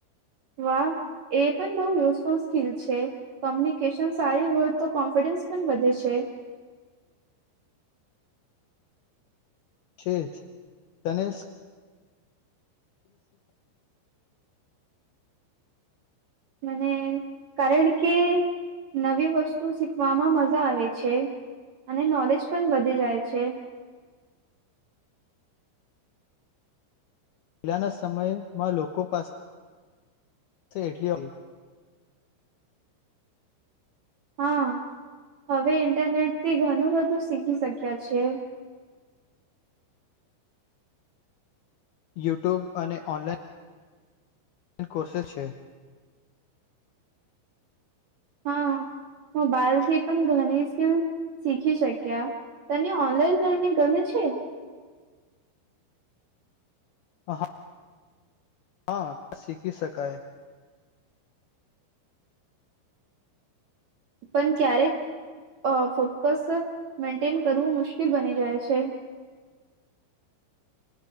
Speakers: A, on the right; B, on the left.
A: વાહ એ પણ બહુ યુઝફુલ સ્કિલ છે કોમ્યુનિકેશન સારી હોય તો કોન્ફિડન્સ પણ વધે છે
B: છે જને
A: મને કારણ કે નવી વસ્તુ શીખવામાં મજા આવે છે અને નોલેજ પણ વધી જાય છે
B: પહેલાના સમયમાં લોકો પાસે એટલી
A: હા હવે ઇન્ટરનેટ થી ઘણું બધું શીખી શક્યા છે
B: યુટ્યુબ અને ઓનલાઇન કોર્સેસ છે
A: હા મોબાઈલથી પણ ઘણી સ્કીલ શીખી શક્યા તને ઓનલાઈન લર્નિંગ ગમે છે
B: હ હા ક શીખી શકાય
A: પણ ક્યારેક ફોકસ મેન્ટેન કરવું મુશ્કેલ બની જાય છે